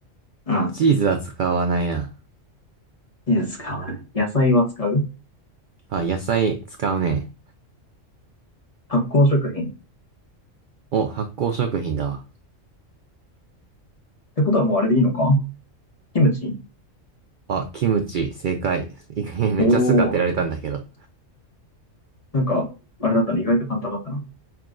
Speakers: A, on the left; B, on the right.
A: うん。
B: チーズは使わないな。
A: チーズ使わない。野菜は使う。
B: あ、野菜使うね。
A: 発酵食品。っ
B: お、発酵食品だわ。
A: てことはもうあれでいいのかキムチ
B: あ、キムチ、正解。<laughs> めっちゃすぐ当てられたんだけど。
A: おー。なんか、あれだったら意外と簡単だったな。